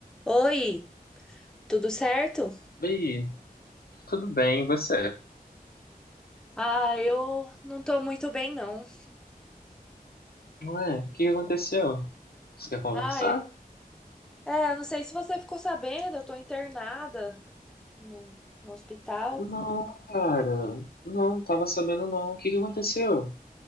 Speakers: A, in the centre; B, on the left.
A: Oi, tudo certo?
B: Oi, tudo bem, e você?
A: Ah, eu não tô muito bem, não.
B: Ué, o que que aconteceu? Você quer conversar?
A: Ah, eu. É, eu não sei se você ficou sabendo, eu tô internada no, no hospital.
B: Não, cara, não, não tava sabendo não. O que que aconteceu?